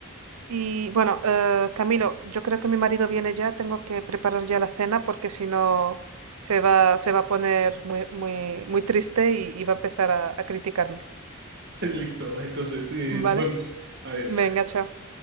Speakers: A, on the right (about 80°); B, on the right (about 50°).
A: Y bueno, eh, Camilo, yo creo que mi marido viene ya. Tengo que preparar ya la cena porque si no se va, se va a poner muy, muy, muy triste y, y va a empezar a a criticarme.
B: listo, entonces eh,
A: ¿Vale?
B: nos vemos. Adiós.
A: Venga, chao.